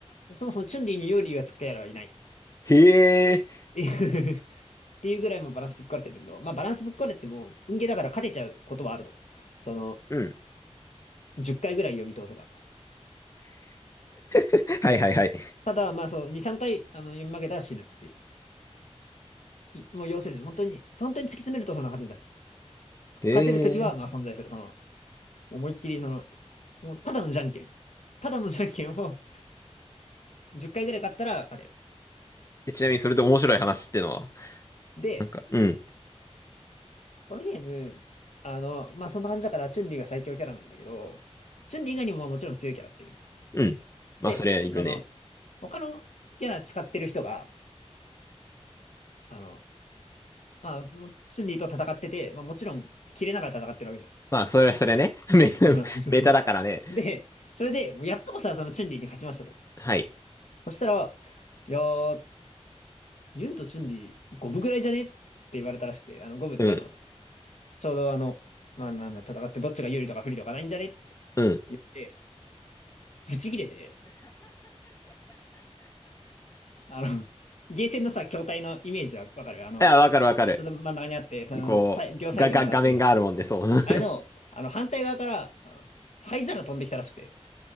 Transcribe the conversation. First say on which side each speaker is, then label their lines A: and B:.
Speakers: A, on the left (about 80°); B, on the left (about 25°).
A: そもそもチュンリーにヨリーがつくやらはいない。っ
B: う。へえ。
A: ていう <laughs> っていうぐらいもバランスぶっ壊れてんだけど、まあバランスぶっ壊れても、運ゲーだから勝てちゃうことはあると。その、
B: うん。
A: 10回ぐらい読み通せば。
B: <laughs> はいはいはい。
A: ただ、まあそう、2、3回、あの、読み負けたら死ぬっていう。いもう要するに、本当に、本当に突き詰めるとそんな感じになる。
B: へ
A: 勝てるときは、
B: え。
A: まあ存在する。その、もう思いっきり、その、もうただのじゃんけん。ただのじゃんけんを10回ぐらい勝ったら勝てる。
B: えちなみに、それで面白い話ってのは、
A: で、
B: なんか、うん。
A: このゲーム、あの、まあ、そんな感じだから、チュンリーが最強キャラなんだけど、チュンリー以外にもまあもちろん強いキャラっていうの。
B: うん。まあ、
A: で、
B: それはいるね。
A: その、他のキャラ使ってる人が、あの、まあ、チュンリーと戦ってて、まあ、もちろん、切れながら戦ってるわけじゃ
B: まあ、それは、それはね。<laughs> メタ、
A: ん。その
B: メタだからね。
A: <laughs> で、それで、もうやっとこさ、そのチュンリーに勝ちましたと。
B: はい。
A: そしたら、いやー、ユンとチュンリー、五分ぐらいじゃねって言われたらしくて、あの、五分ってあの、
B: うん。
A: ちょうどあの、まあ、なんだ、戦ってどっちが有利とか不利とかないんじゃねって
B: うん。い
A: 言って、ブチ切れて、あうの、ん。ゲーセンのさ、筐体のイメージはわかるあの、
B: や、わかるわかる。
A: ちょっと真ん中にあって、その、
B: こう、
A: さい両サイドに座ってるって感じ。
B: が、が、画面があるもんで、そう。
A: あれの、あの、反対側から、あの、灰皿飛んできたらしくて。